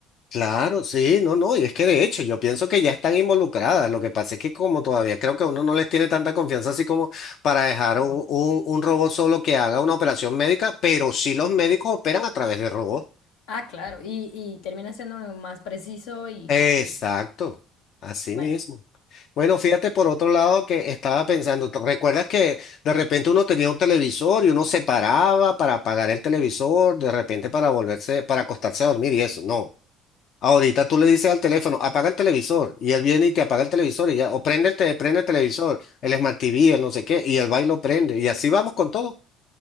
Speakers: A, on the left (about 60°); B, on the left (about 85°).
A: Claro, sí, no, no, y es que de hecho yo pienso que ya están involucradas. Lo que pasa es que como todavía creo que uno no les tiene tanta confianza así como para dejar
B: No.
A: un, un- un robot solo que haga una operación médica, pero sí los médicos operan a través de robots.
B: Ah, claro, y, y termina siendo más preciso y
A: Exacto,
B: creo que,
A: así
B: bueno,
A: mismo. Bueno,
B: sí,
A: fíjate por otro lado que estaba pensando, ¿te ¿recuerdas que de repente uno tenía un televisor y uno se paraba para apagar el televisor, de repente para volverse, para acostarse a dormir y eso? No. Ahorita tú le dices al teléfono, apaga el televisor, y él viene y te apaga el televisor, y ya, o prende el, te- prende el televisor, el Smart TV, el no sé qué, y el baile lo prende, y así vamos con todo.